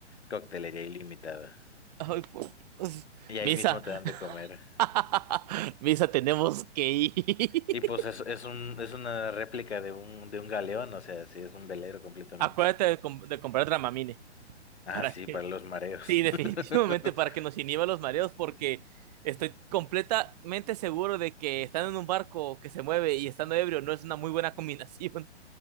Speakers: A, on the left; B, on the right.
A: coctelería ilimitada.
B: ¡Ay, por Dios!
A: Y ahí
B: Misa.
A: mismo te dan de comer.
B: <laughs> Misa, tenemos que ir. <laughs>
A: Y pues es, es un, es una réplica de un, de un galeón, o sea, sí, es un velero completamente.
B: Acuérdate de, com- de comprar Dramamine.
A: Ah,
B: ¿Para
A: sí,
B: que
A: para los mareos.
B: Sí, <laughs> definitivamente
A: <laughs>
B: para que nos inhiba los mareos, porque estoy completamente seguro de que estando en un barco que se mueve y estando ebrio no es una muy buena combinación.